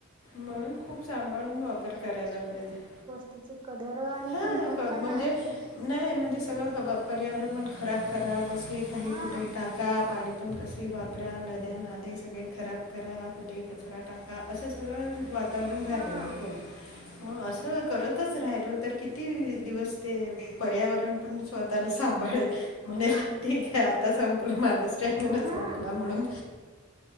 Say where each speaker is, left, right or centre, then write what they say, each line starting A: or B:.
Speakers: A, on the left; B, on the right.
A: म्हणून खूप सांभाळून वापर करायला पाहिजे.
B: त्याची कदर आणि
A: हां
B: किंमत
A: क
B: पण
A: म्हणजे
B: नाही आहे.
A: नाही म्हणजे सगळं ख पर्यावरण पण खराब करा कसं काही
B: हा
A: कुठे टाका पाणी पण कस. वापरा नद्या नाले सगळे खराब करा कुठे कचरा टाका असं सगळं. वातावरण
B: हा
A: झालेलं आहे बोला
B: तेच
A: मग असं
B: ना
A: करतच राहिलो तर किती दिवस. ते, पर्यावरण पण स्वतःला सांभाळेल. म्हणे
B: सांभाळ
A: ठीक आहे. आता संपलं माझा स्टॅमिना
B: हा
A: संपला म्हणून.